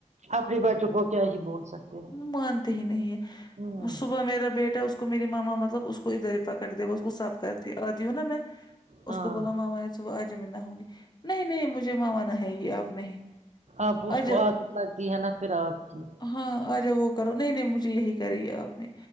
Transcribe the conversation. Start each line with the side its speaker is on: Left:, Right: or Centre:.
Right: اپنے بچوں کو کیا ہی بول سکتے ہیں
Left: مانتے ہی نہیں ہے
Right: ہوں
Left: صبح میرا بیٹا اس کو اس کو میری ماما مطلب اس کو ا درے پکڑ دییا اس کو صف کرتی آی ہوں نا میں
Right: ہاں
Left: اس کو بولا ماما نے صبح آ جم نہ ہوں گی نہیں نہیں مجھے ماماانا ہے گی آپ نہیں
Right: آپ اس
Left: آجا
Right: کو عادت لگتی ہے نا پھر آپ کی
Left: ہاں آ جاؤ وہ کرو نہیں نہیں مجھے یہی کری ہے آپ نے